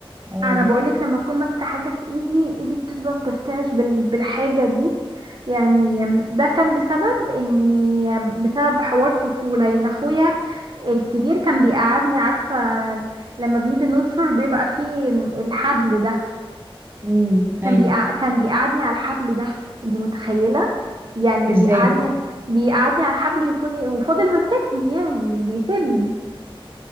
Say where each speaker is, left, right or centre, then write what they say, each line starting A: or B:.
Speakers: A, on the right (about 25°); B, on the right (about 50°).
A: اه
B: انا بقولك لما اكون ماسكه حاجه في ايدي ايدي بتفضل ترتعش بال... بالحاجه دي يعني ده كان بسبب اني بسبب حوار طفوله ان اخويا الكبير كان بيقعدني عارفة لما بنيجي ننشر بيبقى فيه الحبل ده
A: امم
B: كان
A: ايوه
B: بيقع... كان بيقعدني على الحبل ده انت متخيلة يعني
A: ازاي
B: يقعدني
A: ده
B: بيقعدني على الحبل يكون وفضل ماسكني يعني مش بيسيبني